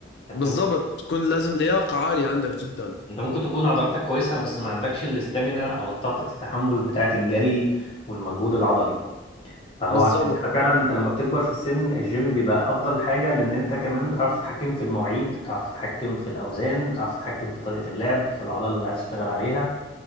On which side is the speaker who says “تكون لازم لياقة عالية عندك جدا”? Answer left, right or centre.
Left